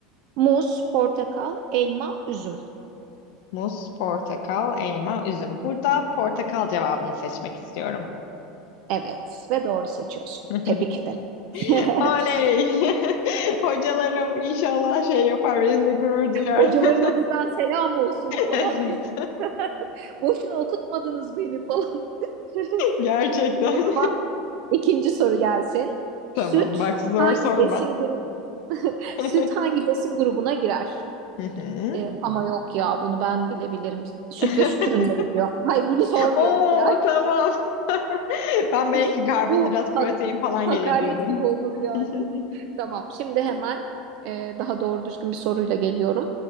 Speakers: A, on the right; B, on the left.
A: Muz, portakal, elma, üzüm.
B: Muz, portakal, elma, üzüm. Burada portakal cevabını seçmek istiyorum.
A: Evet ve doğru seçiyorsun.
B: <laughs>
A: Tebrik ederim. <laughs>
B: Oley! <laughs> Hocalarım inşallah şey yapar, benimle gurur duyar.
A: Hocalarıma
B: <laughs>
A: buradan selam olsun falan
B: Evet.
A: diye. <laughs> Boşuna okutmadınız beni falan. <laughs>
B: <laughs> Gerçekten.
A: O zaman ikinci soru gelsin.
B: <laughs>
A: Süt
B: Tamam, bak zor
A: hangi
B: sorma.
A: besin grubu <laughs>
B: <laughs>
A: süt hangi besin grubuna girer?
B: Hı hı.
A: Ee, ama yok ya bunu ben bilebilirim. Süt
B: <laughs>
A: ve süt ürünleri diyor. Hayır bunu sormuyorum
B: Oo
A: ya.
B: tamam. <laughs> Ben belki
A: <laughs>
B: karbonhidrat,
A: Bu
B: protein
A: hak-
B: falan
A: hakaret
B: gelir diyordum.
A: gibi olur yani.
B: <laughs>
A: Tamam şimdi hemen e, daha doğru düzgün bir soruyla geliyorum.